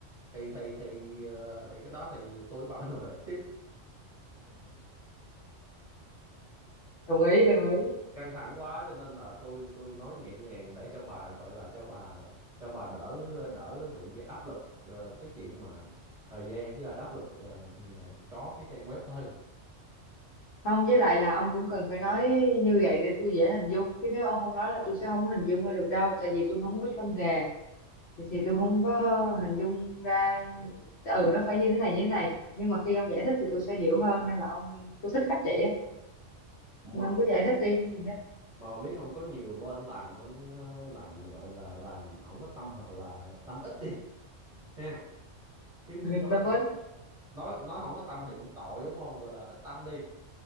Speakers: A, on the right; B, on the left.
A: thì thì thì ờ, thì cái đó thì tôi với bà phải <laughs> ngồi lại tiếp
B: đồng ý đồng ý
A: căng thẳng quá cho nên là tôi tôi nói nhẹ nhàng để cho bà gọi là cho bà cho bà đỡ đỡ bị áp lực ờ, cái chuyện mà thời gian với lại áp lực ờ, có cái trang web thôi
B: không với lại là ông cũng cần phải nói như vậy để tôi dễ hình dung chứ nếu ông không nói là tôi sẽ không có hình dung ra được đâu tại vì tôi không có trong nghề thì, thì tôi không có hình dung ra ừ nó phải như thế này như thế này nhưng mà khi ông giải thích thì tôi sẽ hiểu hơn nên là ông tôi thích cách vậy á
A: mà
B: nên ông
A: bà
B: cứ giải
A: biết,
B: thích đi gì hết <laughs>
A: mà bà biết không có nhiều bên làm anh ờ, làm gọi là làm không có tâm hoặc là tâm ít đi ha chứ
B: Ừ,
A: nói
B: tâm
A: tâm
B: ích
A: nói nói không có tâm thì cũng tội đúng không gọi là ít tâm đi